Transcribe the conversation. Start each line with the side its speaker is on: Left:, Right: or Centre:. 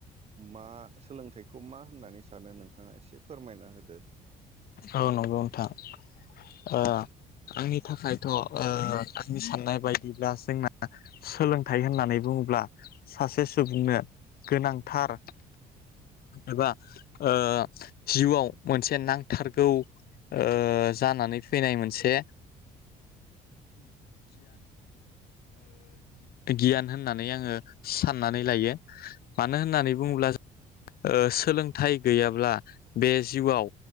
Right: मा सोलोंथाइखौ मा होननानै सानो नोंथाङा एसे फोरमायना होदो
Left: औ नंगौ नोंथां ओ आंनि थाखायथ आंनि साननाय बायदिब्ला जोंना सोलोंथाइ होननानै बुङोब्ला सासे सुबुंनो गोनांथार एबा ओ जिउआव मोनसे नां थारगौ ओ जानानै फैनाय मोनसे गियान होननानै आङो साननानै लायो मानो होननानै बुङोब्ला ओ सोलोंथाइ गैयाब्ला बे जिउआव